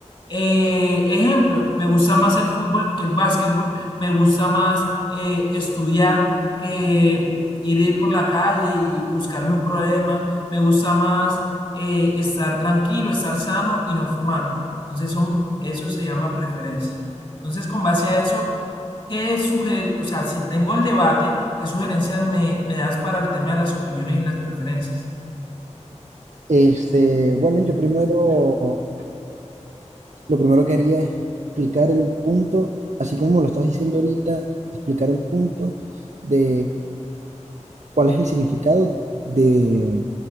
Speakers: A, on the left; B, on the right.
A: Eh, ejemplo, me gusta más el fútbol que el básquetbol, me gusta más eh, estudiar que ir por la calle y buscarme un problema, me gusta más eh, estar tranquilo, estar sano y no fumar. Entonces, son, eso se llama preferencia. Entonces, con base a eso, ¿Qué suger, o sea, si tengo el debate, qué sugerencias me, me das para el tema de las opiniones y las preferencias?
B: Este, bueno, yo primero, lo primero que haría es explicar el punto, así como lo estás diciendo ahorita, explicar el punto de cuál es el significado de